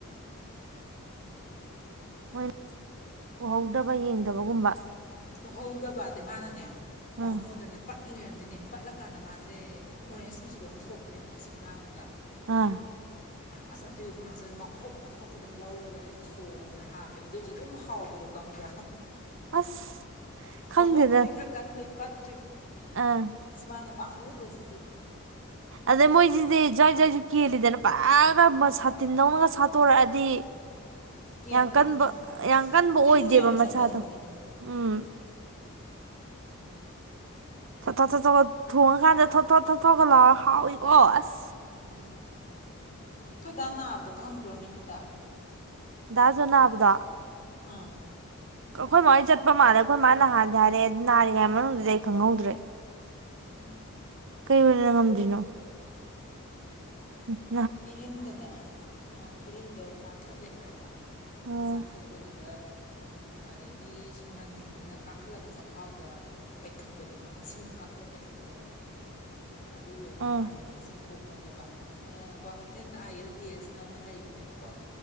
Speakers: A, on the right; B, on the left.
A: ꯍ ꯎꯍꯧꯗꯕ ꯌꯦꯡꯗꯕꯒꯨꯝꯕ
B: ꯄꯨꯍꯧꯗꯕ ꯑꯗꯩ ꯃꯥꯅꯅꯦ ꯄꯥꯝꯃꯨꯗ꯭ꯔꯅꯦ
A: ꯎꯝ
B: ꯂꯩꯔꯝꯗꯤꯅꯦ ꯄꯠꯂꯀꯥꯟꯗ ꯃꯥꯁꯦ ꯑꯣꯔꯦꯟꯖꯅꯁꯨ ꯑꯗꯨꯧ ꯊꯣꯛꯄꯅꯦꯕ ꯉꯥꯛꯁꯪ ꯉꯥꯡꯉꯒ
A: ꯑꯥ
B: ꯑꯁ ꯑꯗꯨꯏꯒꯤ ꯑꯩꯈꯣꯏ ꯃꯆꯜ ꯃꯈꯣꯛ ꯃꯈꯣꯛꯇꯨ ꯑꯗꯨꯝ ꯂꯧꯔꯒꯅꯦ ꯊꯣꯡꯕꯗ ꯍꯥꯞꯄꯦ ꯑꯗꯨꯏꯁꯨ ꯑꯗꯨꯝ ꯍꯥꯎꯕꯗꯣ ꯀꯪꯕ꯭ꯔꯥ
A: ꯑꯁ ꯈꯪꯗꯦꯗ
B: ꯃꯈꯣꯛꯇꯨꯗꯤ ꯈꯔ ꯀꯟꯕꯩ ꯄꯠ
A: ꯑꯥ
B: ꯁꯃꯅ ꯄꯥꯝꯃꯨꯕꯕꯁꯤꯗꯤ
A: ꯑꯗꯩ ꯃꯣꯏꯁꯤꯗꯤ ꯖꯋꯥꯏ ꯖꯏꯁꯨ ꯀꯦꯜꯂꯤꯗꯅ ꯄꯛꯒ ꯁꯥꯇꯤꯟ ꯅꯧꯅꯒ ꯁꯥꯠꯇꯣꯔꯛꯑꯗꯤ
B: ꯀꯦꯟꯕꯅꯤ
A: ꯌꯥꯝ ꯀꯟꯕ
B: ꯀꯦꯟꯕꯅꯤ
A: ꯌꯥꯝ ꯀꯟꯕ ꯑꯣꯏꯗꯦꯕ
B: ꯇꯤꯟꯁꯨ ꯌꯥꯝ
A: ꯃꯆꯥꯥꯗꯣ
B: ꯆꯪꯒꯟꯕꯅꯦ
A: ꯎꯝ ꯊ ꯊ ꯊꯠ ꯊꯨꯉ ꯀꯥꯟꯗꯦ ꯊꯣ ꯊ ꯊ ꯊꯒ ꯂ ꯍꯥꯎꯋꯤ ꯀꯁ
B: ꯎꯝ ꯈꯣꯏꯗꯥ ꯅꯥꯕꯗꯣ ꯀ ꯍꯪꯗ꯭ꯔꯣꯅꯦ ꯍꯟꯗꯛ
A: ꯗꯗꯥꯖꯟꯅ ꯍꯥꯕꯗ
B: ꯑꯥ
A: ꯑꯩꯈꯣꯏ ꯃꯣꯏ ꯆꯠꯄ ꯃꯥꯜꯂꯦ ꯑꯩꯈꯣꯏ ꯃꯥ ꯅꯍꯥꯟꯗꯤ ꯍꯥꯏꯔꯦ ꯅꯥꯔꯤꯉꯩ ꯃꯅꯨꯡꯗꯨꯗꯤ ꯑꯩ ꯈꯪꯍꯧꯗ꯭ꯔꯦ
B: ꯎꯝ
A: ꯀꯩꯅ ꯉꯝꯗ꯭ꯔꯤꯅꯣ ꯎꯝ
B: ꯊꯤꯔꯤꯗꯅꯦ ꯑ ꯊꯤꯔꯤꯗ ꯆꯥꯊꯠꯂꯦ ꯍꯥꯏꯕ
A: ꯑꯣ
B: ꯑꯗꯨ ꯆꯥꯊꯠꯄꯗꯨꯗ ꯑꯗꯒꯤ ꯁꯨꯝ ꯃꯅꯤꯗꯨꯅ ꯀꯥꯈꯠꯂꯒ ꯆꯈꯥꯎꯗ ꯄꯩꯈꯠꯄꯗꯣ ꯑꯁꯤꯟꯕ ꯀꯥꯈꯠꯂꯒ ꯄꯩꯈꯠꯄꯗꯣ ꯑꯗꯨ ꯑꯣꯏꯕ
A: ꯑꯥ
B: ꯃꯥꯜꯂꯦ ꯆꯤꯡꯊꯣꯛ ꯄꯨꯅꯤꯕ ꯀ꯭ꯋꯥꯀꯩꯊꯦꯜ ꯑꯥꯏ ꯑꯦꯜ ꯗꯤ ꯑꯦꯁꯅ ꯑꯃ ꯂꯩꯕꯅꯦꯕꯀꯣ